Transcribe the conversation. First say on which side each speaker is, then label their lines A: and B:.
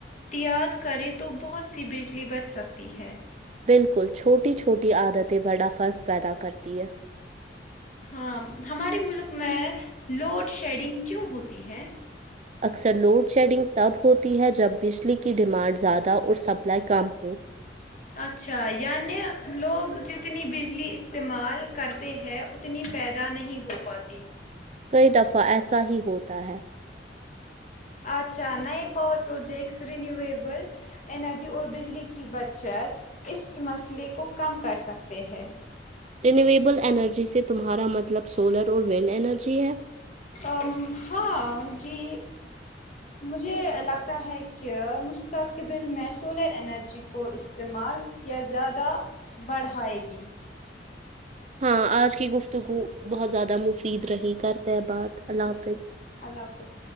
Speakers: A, on the left; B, on the right.
A: تیاط کرے تو بہت سی بجلی بچ سکتی ہے
B: بالکل چھوٹی چھوٹی عادتیں بڑا فرق پیدا کرتی ہے
A: ہاں ہمارے ملک میں لوڈ شیڈنگ کیوں ہوتی ہے
B: اکثر لوڈ شیڈنگ تب ہوتی ہے جب بجلی کی ڈیمانڈ زیادہ اور سپلائی کم ہو
A: اچھا یعنی لوگ جتنی بجلی استعمال کرتے ہیں ات نی پیدا نہیں ہو پاتی
B: کئی دفعہ ایسا ہی ہوتا ہے
A: اچھا نئے پاور پروجیکٹس رینیویبل انرجی اور بجلی کی بچت اس مسئلے کو کم کر سکتے ہے
B: رینیویبل انرجی سے تمہارا مطلب سولر اور ونڈ انرجی ہے
A: ام ہاں جی مجھے لگتا ہے کہ مستقبل میں سولر انرجی کو استعمال کیا زیادہ بڑھائے گی
B: ہاں آج کی گفتگو بہت زیادہ مفید رہی کرتے ہے بات اللہ
A: اوکے
B: حافظ
A: اللہ حافظ